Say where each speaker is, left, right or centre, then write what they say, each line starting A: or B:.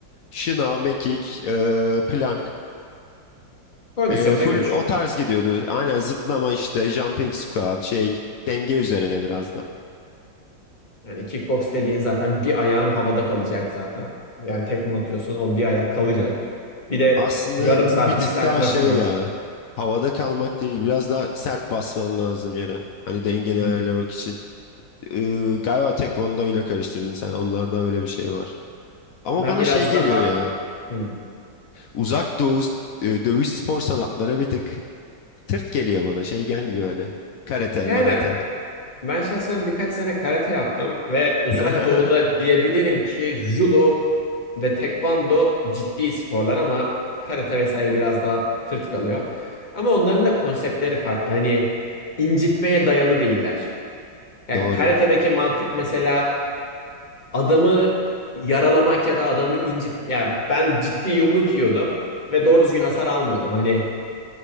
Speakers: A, on the left (about 80°); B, on the left (about 25°).
A: şınav, mekik, e, plank
B: Kondisyon
A: E, full
B: ve güç.
A: o tarz gidiyordu. Aynen zıplama işte, jumping squat şey, denge üzerine biraz da.
B: Yani kickbox dediğin zaten bir ayağın havada kalacak zaten. Yani tekme atıyorsun o bir ayak kalacak. Bir de
A: Aslında
B: yarım saat
A: bir tık
B: bir saat
A: daha
B: maçın
A: şey
B: var.
A: ya, havada kalmak değil, biraz daha sert basman lazım yere. Hani dengeni
B: Hmm.
A: ayarlamak için. E, galiba tekvondo ile karıştırdın sen, onlarda öyle bir şey var. Ama
B: Ben
A: bana
B: biraz
A: şey geliyor
B: daha
A: ya,
B: Hmm.
A: uzak doğu e, dövüş spor sanatları bir tık tırt geliyor bana, şey gelmiyor hani. Karate,
B: yani
A: marate.
B: Ben şahsen birkaç sene karate yaptım ve Uzak
A: <laughs>
B: Doğu'da diyebilirim ki judo ve tekvando ciddi sporlar ama karate vesaire biraz daha tırt kalıyor. Ama onların da konseptleri farklı. Hani incitmeye dayalı değiller. Ya
A: Doğru.
B: karate'deki mantık mesela adamı yaralamak ya da adamın incit ya ben ciddi yumruk yiyordum ve doğru düzgün hasar almıyordum. Hani